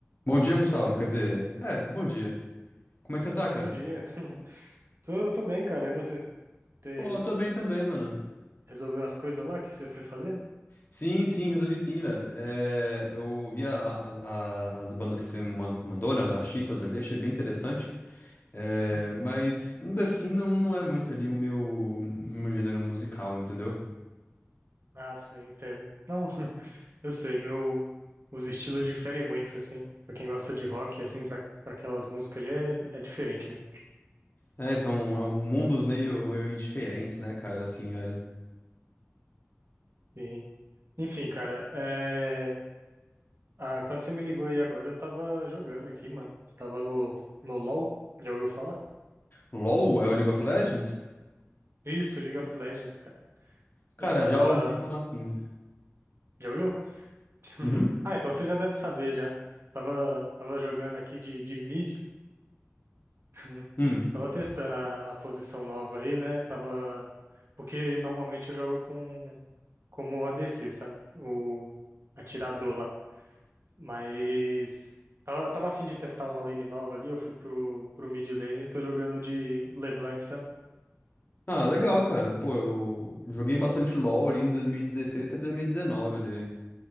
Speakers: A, on the left; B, on the right.
A: Bom dia, Gustavo. Quer dizer, é, bom dia. Como é que você tá, cara?
B: Bom dia. <laughs> Tô, tô bem, cara. E você? Te
A: Pô, eu tô bem também, mano.
B: resolveu as coisas lá que você foi fazer?
A: Sim, sim, resolvi sim, velho. É, eu vi a- a- a- as bandas que você ma- mandou, né? Os artistas ali, achei bem interessante. É,
B: Uhum.
A: mas ainda assim não, não é muito ali o meu, meu gênero musical, entendeu?
B: Ah, sim, entendo. Não, <laughs> eu sei, meu, os estilos diferem muito, assim. Pra quem gosta de rock, assim, pra, pra aquelas músicas ali é, é diferente mesmo.
A: É, são é um mundos meio, meio diferentes, né, cara, assim, velho.
B: E, enfim, cara, é, ah, quando você me ligou aí agora, eu tava jogando aqui, mano. Tava no, no LoL, já ouviu falar?
A: LOL é o League of Legends?
B: Isso, League of Legends, cara.
A: Cara,
B: Eu tava.
A: já ouvi falar assim.
B: Já ouviu? <laughs>
A: Uhum.
B: Ah, então você já deve saber já. Tava, tava jogando aqui de, de mid. <laughs>
A: Hum.
B: Tava testando a, a posição nova aí, né? Tava. Porque normalmente eu jogo com como ADC, sabe? O atirador lá. Mas tava, tava a fim de testar uma lane nova ali, eu fui pro, pro mid lane e tô jogando de LeBlanc, sabe?
A: Ah, legal, cara. Pô, eu joguei bastante LoL ali em 2016 até 2019 ali.